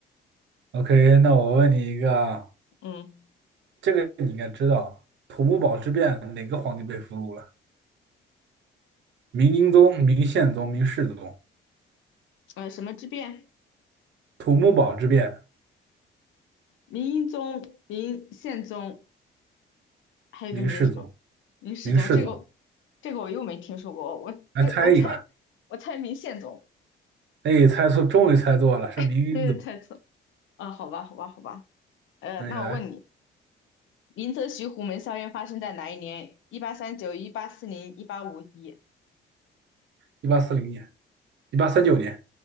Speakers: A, on the right; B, on the left.
A: OK，那我问你一个啊，
B: 嗯，
A: 这个你应该知道，土木堡之变哪个皇帝被俘虏了？明英宗、明宪宗、明世宗。
B: 呃，什么之变？
A: 土木堡之变，
B: 明英宗、明宪宗，还有一个明什么？
A: 明世宗，
B: 明世宗。
A: 明世宗。
B: 这个，这个我又没听说过。我这我猜，
A: 来猜一个，
B: 我猜明宪宗，
A: 哎，猜错，终于猜错了，是明英宗。
B: <laughs> 这是猜错。啊，好吧，好吧，好吧。呃，
A: 那你来，
B: 那我问你，林则徐虎门校运发生在哪一年？一八三九、一八四零、一八五一。
A: 一八四零年，一八三九年。